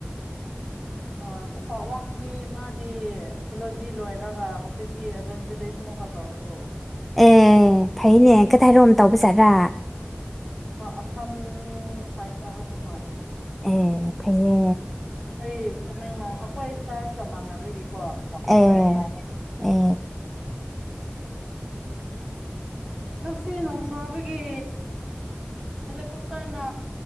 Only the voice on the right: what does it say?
ꯑ ꯄꯩꯁꯥ ꯋꯥꯡꯗꯤ ꯃꯥꯗꯤ ꯊꯤꯂꯣꯖꯤ ꯂꯣꯏꯔꯒ ꯍꯧꯖꯤꯛꯇꯤ ꯑꯦꯚꯦꯟꯖꯦꯂꯤꯁ ꯃꯈ ꯈ ꯇꯧꯔꯦꯗꯣ
ꯑꯁꯥꯝ ꯁꯥꯏꯠꯇ ꯍꯥꯏꯕ ꯃꯥꯜꯂꯦꯗ
ꯑꯩ ꯇꯃꯦꯡꯂꯣꯡ ꯑꯩꯈꯣꯏ ꯆꯥꯔꯖꯀ ꯃꯥꯟꯅꯔꯏꯀꯣ ꯊꯦꯡꯅꯑꯌꯦ
ꯑꯗꯨꯗꯤ <inaudible>
<inaudible> ꯉꯁꯤ ꯣꯡꯁꯥꯕꯒꯤ ꯍꯦꯂꯤꯀꯣꯞꯇꯔꯅ